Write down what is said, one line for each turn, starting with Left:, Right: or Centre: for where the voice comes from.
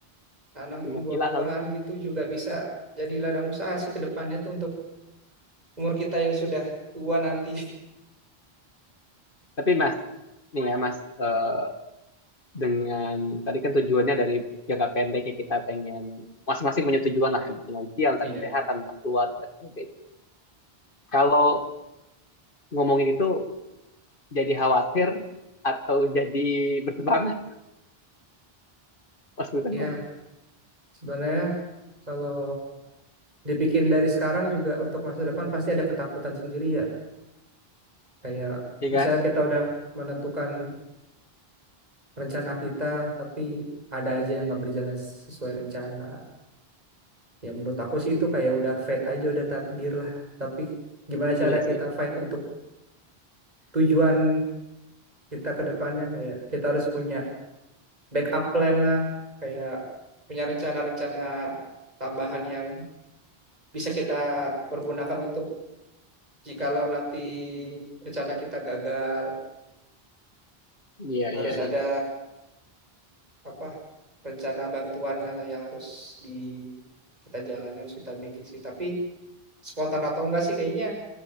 Right: tanam
Left: punya
Right: buah-buahan
Left: villa kali
Right: gitu juga bisa jadi ladang usaha sih ke depannya tuh untuk umur kita yang sudah tua nanti.
Left: Tapi Mas, nih ya Mas, eh, dengan tadi kan tujuannya dari jangka pendeknya kita pengen masing-masing punya tujuan lah, entah finansial, entah
Right: Iya,
Left: kesehatan, entah keluarga, dan sebagainya. Kalau ngomongin itu jadi khawatir atau jadi <laughs> bertebangan, Mas Butan
Right: iya.
Left: gimana? <laughs>
Right: Sebenarnya kalau dibikin dari sekarang juga untuk masa depan pasti ada ketakutan sendiri ya. Kayak
Left: Iya
Right: misalnya
Left: kan?
Right: kita udah menentukan rencana kita tapi ada aja yang nggak berjalan sesuai rencana. Ya menurut aku sih itu kayak udah fate aja, udah takdir lah. Tapi gimana
Left: Iya
Right: cara kita
Left: sih.
Right: fight untuk tujuan kita ke depannya kayak kita harus punya backup plan lah, kayak punya rencana-rencana tambahan yang bisa kita pergunakan untuk jikalau nanti rencana kita gagal,
Left: Iya,
Right: harus
Left: iya,
Right: ada
Left: iya.
Right: apa rencana bantuannya lah yang harus di kita jalan harus kita bikin sih. Tapi spontan atau enggak sih kayaknya